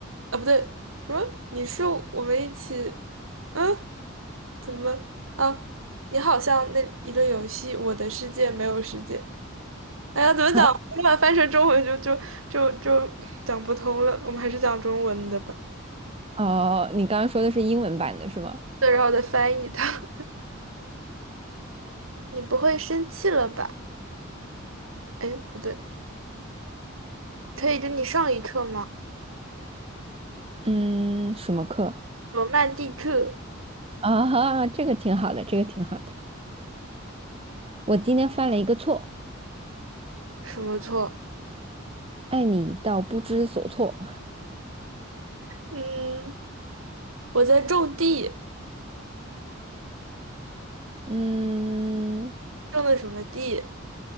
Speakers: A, on the right; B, on the right.
A: 啊，不对，什么？你是我们一起？嗯，怎么啊？你好像那一个游戏《我的世界》没有世界。哎呀，怎么讲？
B: 啊，
A: 我把它翻成中文就就就就讲不通了。我们还是讲中文的吧。
B: 哦，你刚刚说的是英文版的是吗？
A: 对，然后再翻译它。<laughs> 你不会生气了吧？哎，不对。可以跟你上一课吗？
B: 嗯，什么课？
A: 罗曼蒂克
B: 啊哈，这个挺好的，这个挺好的。我今天犯了一个错，
A: 什么错？
B: 爱你到不知所措。
A: 嗯，我在种地，
B: 嗯
A: 种的什么地？